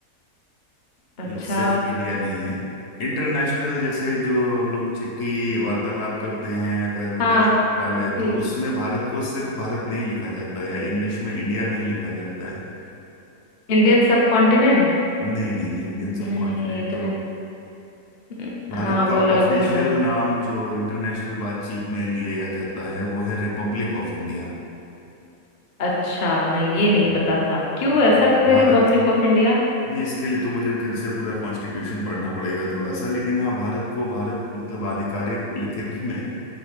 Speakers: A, on the left; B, on the left.
A: अच्छा
B: यह सिर्फ इंडिया नहीं है इंटरनेशनल जैसे जो हम लोग चिट्ठी वार्तालाप करते हैं अगर विदेश
A: हाँ
B: मंत्रालय
A: जी।
B: तो उसमें भारत को सिर्फ भारत नहीं लिखा जाता है या इंग्लिश में इंडिया नहीं लिखा जाता है
A: Indian subcontinent
B: नहीं नहीं जी इंडियन सब
A: नहीं
B: कॉन्टिनेंट
A: ये तो
B: तो
A: नहीं न-
B: भारत
A: हाँ
B: का
A: वो अलग
B: ऑफिशियल
A: हो गया
B: नाम जो इंटरनेशनल बातचीत में लिया जाता है वो है रिपब्लिक ऑफ इंडिया
A: अच्छा नहीं
B: हम्म।
A: ये नहीं पता था क्यों ऐसा
B: जी
A: क्यों
B: भारत
A: है रिपब्लिक ऑफ इंडिया
B: जी इसके लिए तो मुझे फिर से पूरा कॉन्स्टिट्यूशन पढ़ना पड़ेगा थोड़ा सा लेकिन हाँ भारत को भारत मतलब आधिकारिक लिखित में